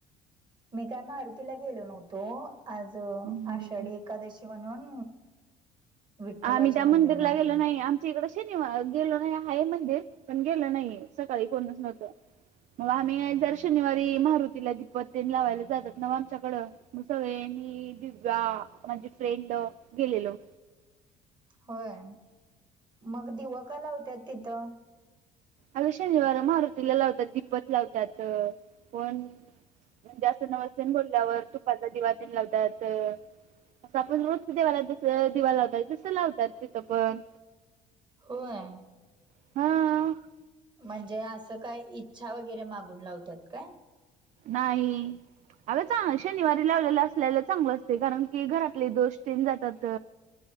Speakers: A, on the right; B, on the right.
A: मी काय मारुतीला गेलो नव्हतो. आज
B: हम्म
A: आषाढी एकादशी म्हणून विठ्ठलाच्या
B: आम्ही त्या
A: मंदिरमध्ये
B: मंदिरला गेलो
A: गेलेलो.
B: नाही. आम ची इकड शनिवार गेलो नाय हाये मंदिर पण गेलो नाही सकाळी कोणच नव्हतं. मग, आम्ही जर शनिवारी मारुतीला दीपत तेनं लावायला जातात नव्ह आमच्याकडं म, सगळे मी दिव्या माझे फ्रेंड गेलेलो.
A: होय. मग दिव का लावत्यात तिथं
B: अग शनिवार मारुतीला लावत्यात. दिपत लावत्यात. कोण कोणं जास्त नवस तेनं बोलल्यावर तुपाचा दिवा तेनं लावत्यात. असं आपण रोज देवाला जस दिवा लावताय, तसं लावतात तिथं पण
A: होय.
B: हा
A: म्हणजे असं काय इच्छा वगैरे मागून लावतात काय?
B: नाही. अग चांग शनिवारी लावलेलं असल्याला चांगलं असतंय कारण की घरातले दोष चेन जातात.